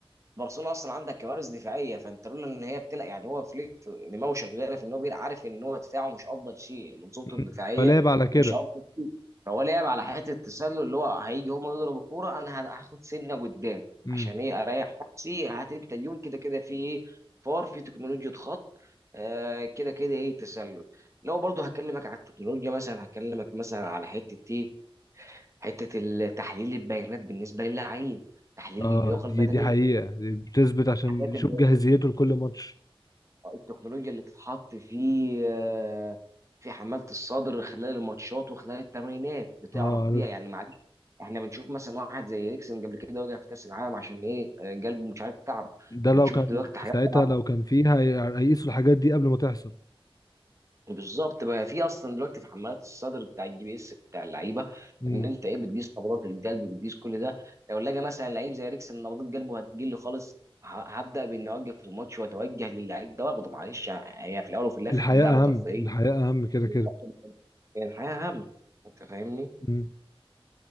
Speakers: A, on the right; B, on the left.
A: برشلونة أصلا عندك كوارث دفاعية فأنت لولا إن هي بتلعب يعني هو فليك دماغه شغالة في إن هو بيلعب عارف إن هو دفاعه مش أفضل شيء منظومته
B: مم.
A: الدفاعية
B: فلعب على كده
A: مش أفضل شيء فهو لعب على حته التسلل اللي هو هيجي هم يضربوا الكوره انا ه- هاخد سنه قدام
B: امم
A: عشان ايه اريح نفسي هات انت اليوم كده كده في ايه فار في تكنولوجيا خط آه كده كده ايه تسلل لو برضه هكلمك على التكنولوجيا مثلا هكلمك مثلا على حته ايه حته تحليل البيانات بالنسبه للاعبين تحليل
B: اه
A: اللياقه
B: دي
A: البدنيه
B: دي حقيقه دي بتثبت عشان
A: الحاجات
B: يشوف جاهزيته لكل ماتش
A: التكنولوجيا اللي بتتحط في آه، في حمالة الصدر خلال الماتشات وخلال التمرينات بتعرف
B: اه عارف
A: بيها يعني معلش احنا بنشوف مثلا واحد زي ريكسن قبل كده وقع في كأس العالم عشان ايه آه، قلبه مش عارف تعب
B: ده
A: بنشوف
B: لو كان
A: دلوقتي حاجات
B: ساعتها
A: طالعة
B: لو كان فيه هي- هيقيسوا الحاجات دي قبل ما تحصل
A: بالظبط بقى في اصلا دلوقتي في حمالات الصدر بتاع الجي بي اس بتاع اللعيبه
B: مم.
A: ان انت ايه بتقيس نبضات القلب بتقيس كل ده لو لقى مثلا لعيب زي ريكسن نبضات قلبه هتقل خالص ه- هبدا باني اوقف الماتش واتوجه للعيب ده واخده معلش هي في الاول وفي الاخر
B: الحياة
A: لعبه ترفيهيه
B: أهم الحياة أهم كده
A: بالظبط
B: كده
A: يعني الحياة هم أنت فاهمني؟
B: مم.